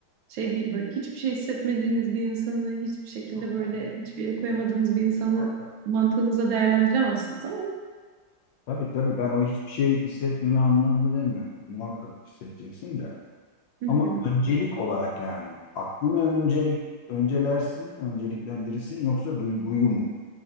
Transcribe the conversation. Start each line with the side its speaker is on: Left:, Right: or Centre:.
Right: şey değil böyle hiçbir şey hissetmediğiniz bir insanı hiçbir şekilde
Left: Yok
Right: böyle
Left: ben hiçbir
Right: hiçbir
Left: şey
Right: yere koyamadığınız
Left: kastetmiyorum
Right: bir insanı
Left: muhakkak.
Right: mantığınıza değerlendiremezsiniz ama
Left: Tabii tabii ben o hiçbir şey hissetmeme anlamında demiyorum. Muhakkak hissedeceksin de.
Right: Hı
Left: Ama
Right: hı.
Left: öncelik olarak yani aklını öncelik öncelersin, önceliklendirirsin yoksa duyguyu mu,